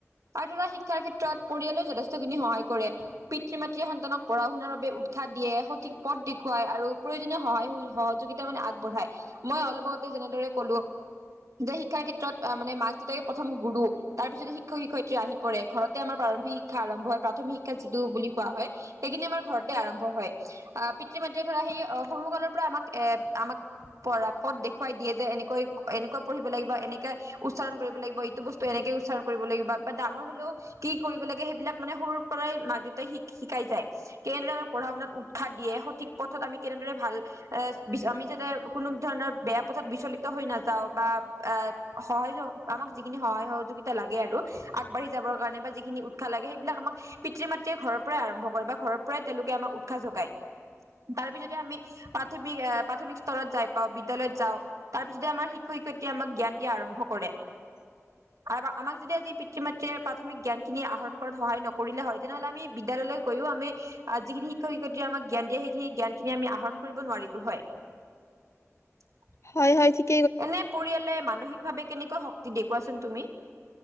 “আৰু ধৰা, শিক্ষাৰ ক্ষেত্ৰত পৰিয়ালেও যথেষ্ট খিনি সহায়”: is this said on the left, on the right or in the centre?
Right